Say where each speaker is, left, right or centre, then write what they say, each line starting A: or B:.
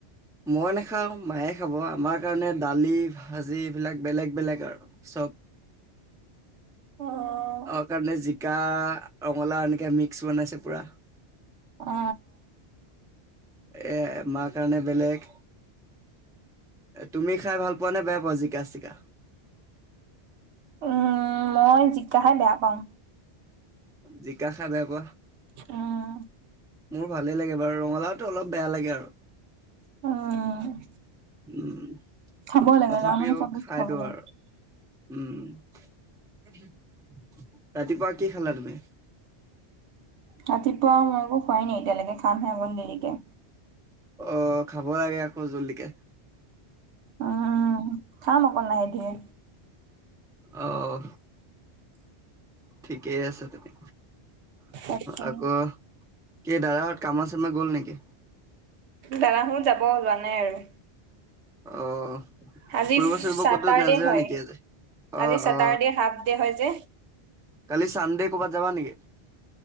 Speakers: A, in the centre; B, on the right.
A: মই নাখাও মায়ে খাব আমাৰ কাৰণে দালি, ভাজি, এইবিলাক বেলেগ বেলেগ আৰু। চব।
B: উম,
A: অ কাৰণে জিকা, ৰঙলা এনেকৈ মিক্স বনাইছে পুৰা।
B: অ।
A: এ মাৰ কাৰণে বেলেগ তুমি খাই ভাল পোৱা নে বেয়া পোৱা জিকা-চিকা?
B: উম, মই জিকা খাই বেয়া পাওঁ।
A: জিকা খাই বেয়া পোৱা।
B: উম,
A: মোৰ ভালেই লাগে বাৰু ৰঙালাওটো অলপ বেয়া লাগে আৰু।
B: উম,
A: উম,
B: খাব লাগে
A: তথাপিও
B: ল'ৰা মানুহ চব বস্তু
A: খাই
B: খাব
A: দিওঁ
B: লাগে।
A: আৰু। উম, ৰাতিপুৱা কি খালা তুমি?
B: ৰাতিপুৱা, মই একো খোৱাই নাই এতিয়ালৈকে খাম হে আকন দেৰিকে।
A: অ', খাব লাগে আকৌ জল্দিকে।
B: উম, খাম অকণ লাহে ধিৰে।
A: অহ ঠিকে আছে তেনে
B: তাকে
A: আকৌ কি দাদাহত কাম চামে গ'ল নেকি
B: দাদা হেনো যাব যোৱা নাই আৰু
A: অহ
B: আজি
A: ফুৰিব চুৰিব
B: চাটাৰডে
A: ক'তো নাযা
B: হয়।
A: নেকি আজি
B: আজি
A: অ
B: চেটাৰডে
A: অ
B: হাফ ডে হয় যে
A: কালি চানডে কৰ'বাত যাবা নেকি